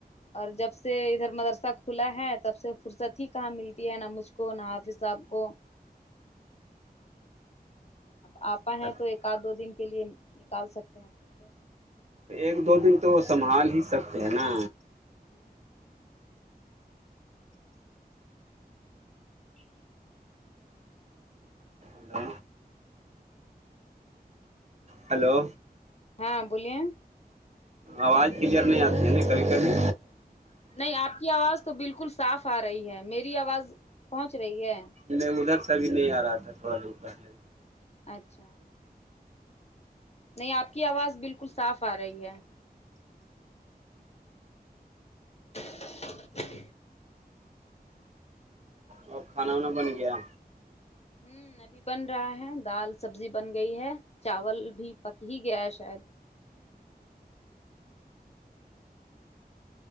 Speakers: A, on the left; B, on the right.
A: اور جب سے ادھر مدرسہ کھلا ہے تب سے فرصت ہی کہاں ملتی ہے نہ مجھ کو نہ حافظ صاحب کو اب آپا
B: رہے
A: ہے تو ایک آدھ دو دن کے لیے نکال سکتے ہیں س
B: ایک دو دن تو وہ سنبھال ہی سکتے ہیں نا
A: ہوں
B: ہلو ہلو
A: ہاں بولیے
B: آواز کلیئر نہیں آتی ہے ن کبھی کبھی
A: نہیں آپ کی آواز تو بالکل صاف آ رہی ہے میری آواز پہنچ رہی ہے
B: نہیں ادھر سے ا بھیھی نہیں آ رہا تھا تھوڑا دور پہلے
A: اچھا نہیں آپ کی آواز بالکل صاف آ رہی ہے <inaudible>
B: اور کھانا وانا بن گیا
A: ہوں ابھی بن رہا ہے دال سبزی بن گئی ہے چاول بھی پک ہی گیا ہے شاید